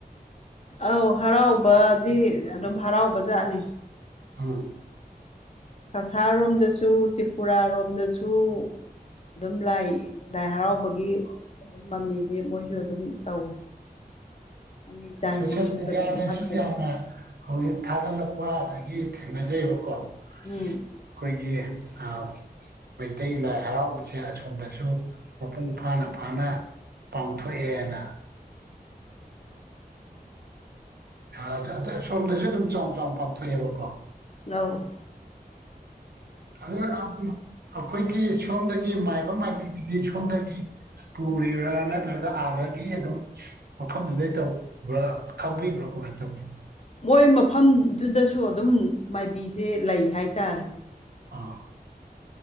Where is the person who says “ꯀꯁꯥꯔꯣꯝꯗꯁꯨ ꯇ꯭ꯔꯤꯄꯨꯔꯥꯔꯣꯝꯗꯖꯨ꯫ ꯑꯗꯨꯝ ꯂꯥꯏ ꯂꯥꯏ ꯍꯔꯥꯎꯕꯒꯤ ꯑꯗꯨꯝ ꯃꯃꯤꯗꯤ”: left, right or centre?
Left